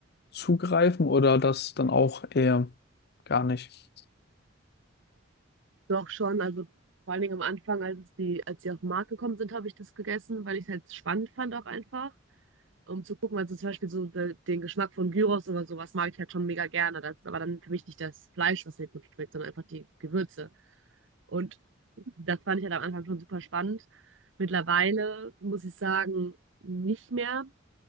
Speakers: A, on the left; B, on the right.
A: zugreifen oder das dann auch eher gar nicht?
B: Doch schon, also vor allen Dingen am Anfang, als es die, als sie auf den Markt gekommen sind, habe ich das gegessen, weil ich es halt spannend fand auch einfach. um zu gucken, also zum Beispiel so de- den Geschmack von Gyros oder sowas mag ich halt schon mega gerne. Das ist aber dann für mich nicht das Fleisch, was mir gut schmeckt, sondern einfach die Gewürze. Und das fand ich halt am Anfang schon super spannend. Mittlerweile muss ich sagen, nicht mehr,